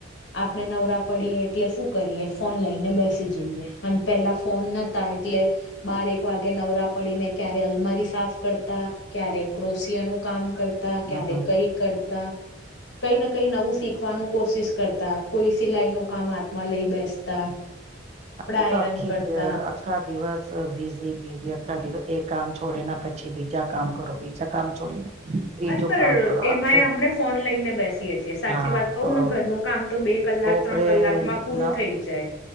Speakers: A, on the left; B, on the right.
A: આપડણે નવરા પડીએ એટલે શું કરીએ ફોન લઈને બેસી જઈએ અને પેલા ફોન ન એટલે બારેક વાગે નવરા પડીને ક્યારે અલમારી સાફ કરતા ક્યારે ક્રોશિયા ન કામ કરતા,
B: હમ
A: ક્યારે કઈ કરતા કઈ ને કઈ નવું શીખવાનું કોશિશ કરતા કોઈ સિલાઈ નું કામ હાથમાં લઈ બેસતા <inaudible>
B: અભી
A: આયરન
B: તો આખી
A: કરતા
B: આખા દિવસ બીઝી બીઝી અઆખા દિવસ એક કામ છોડેને પછી બીજા કામ કરો બીજા કામ છોડીને ત્રીજું
A: અરે પણ
B: કામ કરો
A: એમાંય
B: અખ
A: આપણે ફોન લઈને બેસીએએ. સાચી
B: હા
A: વાત કહું
B: તો
A: ને ઘરનું કામ તો બે કલાક
B: બપોરે
A: ત્રણ કલાકમાં પૂરું
B: ન
A: થઈ જાય